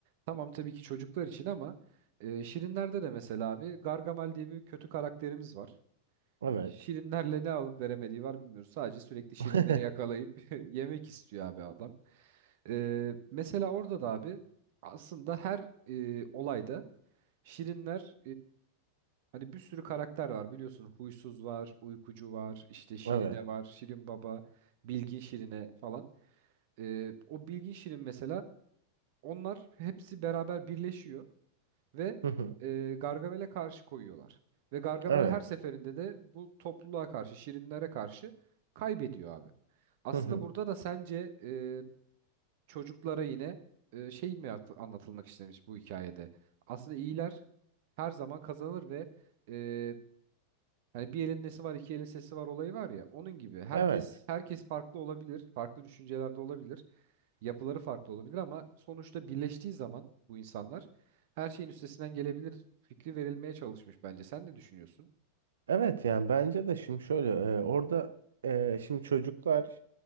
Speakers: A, on the right; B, on the right.
A: tamam tabii ki çocuklar için ama e, Şirinler'de de mesela abi Gargamel diye bir kötü karakterimiz var.
B: Evet.
A: Şirinlerle ne alıp veremediği var bilmiyoruz. Sadece sürekli Şirinleri
B: <laughs>
A: yakalayıp <laughs> yemek istiyor abi adam. E, mesela orada da abi aslında her e, olayda Şirinler Hani bir sürü karakter var biliyorsun. Huysuz var, uykucu var, işte Şirine
B: Evet.
A: var, Şirin Baba, Bilgin Şirine falan. Ee, o Bilgin Şirin mesela onlar hepsi beraber birleşiyor ve
B: Hı hı.
A: e, Gargamel'e karşı koyuyorlar. Ve Gargamel
B: Evet.
A: her seferinde de bu topluluğa karşı, Şirinlere karşı kaybediyor abi. Aslında
B: Hı hı.
A: burada da sence e, çocuklara yine e, şey mi at- anlatılmak istemiş bu hikayede? Aslında iyiler her zaman kazanır ve e, Hani bir elin nesi var, iki elin sesi var olayı var ya. Onun gibi herkes
B: Evet.
A: herkes farklı olabilir, farklı düşüncelerde olabilir, yapıları farklı olabilir ama sonuçta birleştiği zaman bu insanlar her şeyin üstesinden gelebilir fikri verilmeye çalışmış bence. Sen ne düşünüyorsun?
B: Evet yani bence de şimdi şöyle e, orada e, şimdi çocuklar